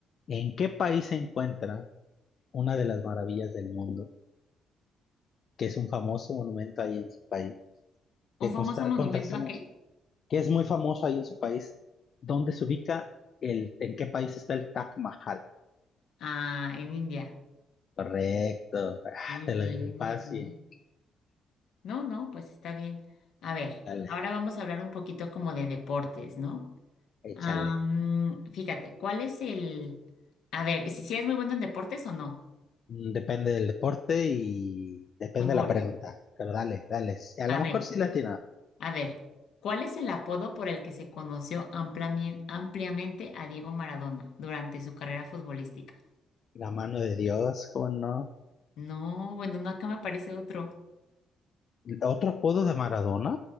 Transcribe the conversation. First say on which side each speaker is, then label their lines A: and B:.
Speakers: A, on the left (about 55°); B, on the left (about 75°).
A: ¿En qué país se encuentra una de las maravillas del mundo, que es un famoso monumento ahí en su país? Que
B: ¿Un
A: consta-
B: famoso monumento
A: contrasta
B: a
A: mucho,
B: qué?
A: que es muy famoso ahí en su país. ¿Dónde se ubica el, en qué país está el Taj Mahal?
B: Ah, en India.
A: Correcto. Ah,
B: Muy
A: te
B: bien,
A: la digo fácil.
B: muy bien. No, no, pues está bien. A ver,
A: Dale,
B: ahora vamos a hablar un poquito como de deportes, ¿no?
A: échale.
B: Am, fíjate, ¿cuál es el... A ver, si, si eres muy bueno en deportes o no.
A: Mm, Depende del deporte y depende
B: Fútbol.
A: de la pregunta. Pero dale, dale. A
B: A
A: lo mejor
B: ver,
A: sí la tiene.
B: a ver, ¿cuál es el apodo por el que se conoció ampliami- ampliamente a Diego Maradona durante su carrera futbolística?
A: La mano de Dios, ¿cómo no?
B: No, bueno, no, acá me aparece otro.
A: Otro apodo de Maradona,